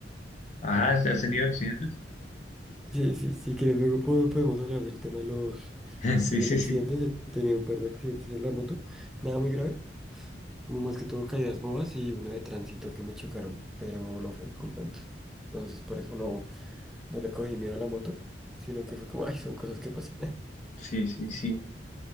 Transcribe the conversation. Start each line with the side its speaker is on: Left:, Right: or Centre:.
Left: Ajá, ¿has tenido accidentes?
Centre: Sí, sí, si quieres luego puedo- podemos hablar del tema de los,
Left: <laughs> Sí,
Centre: de los
Left: sí,
Centre: accidentes.
Left: sí.
Centre: He tenido un par de accidentes en la moto. Nada muy grave, como más que todo caídas bobas y uno de tránsito que me chocaron, pero no fue mi culpa. ent- Entonces por eso no, no le cogí miedo a la moto, sino que fue como, ay, son cosas que pasan. <laughs>
Left: Sí, sí, sí.